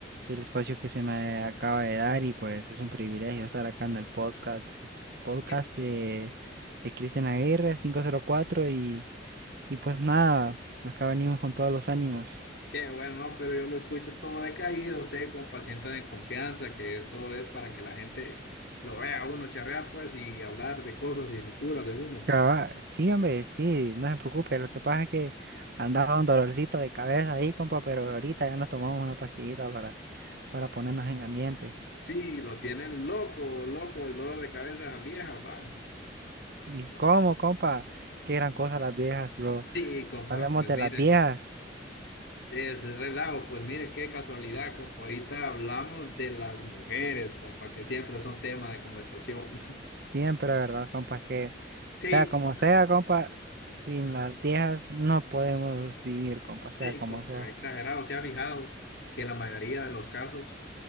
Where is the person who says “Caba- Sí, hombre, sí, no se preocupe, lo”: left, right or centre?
Right